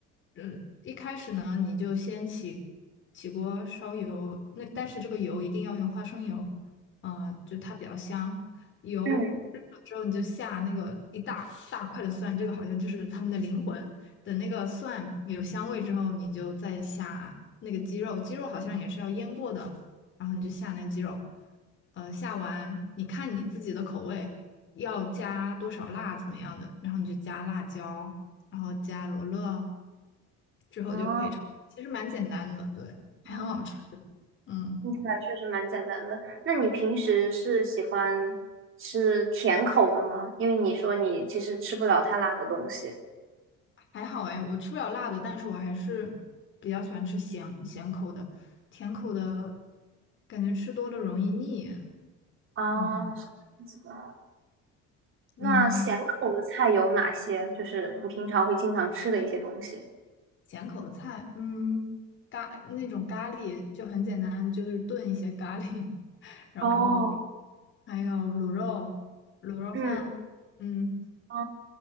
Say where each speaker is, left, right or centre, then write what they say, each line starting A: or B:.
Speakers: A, on the left (about 40°); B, on the right (about 45°).
A: 嗯，一开始呢，你就先起起锅烧油，那但是这个油一定要用花生油，呃，就它比较香。油热了之后，
B: 嗯，
A: 你就下那个一大大块的蒜，这个好像就是他们的灵魂。等那个蒜有香味之后，你就再下那个鸡肉，鸡肉好像也是要腌过的，然后你就下那个鸡肉，呃，下完你看你自己的口味要加多少辣怎么样的，然后你就加辣椒，然后加罗勒，之后就可以炒，
B: 啊，
A: 其实蛮简单的，对，还很好吃，
B: 嗯
A: 嗯，
B: 听起来确实蛮简单的。那你平时是喜欢吃甜口的吗？因为你说你其实吃不了太辣的东西
A: 还好哎，我吃不了辣的，但是我还是比较喜欢吃咸咸口的，甜口的感觉吃多了容易腻，
B: 啊。
A: 嗯，
B: 是这样子的
A: 你呢？
B: 那咸口的菜有哪些？就是你平常会经常吃的一些东西。
A: 咸口的菜，嗯，咖那种咖喱就很简单，就是炖一些咖喱，<laughs> 然后
B: 哦，
A: 还有卤肉、卤肉饭，
B: 嗯，
A: 嗯，
B: 哦，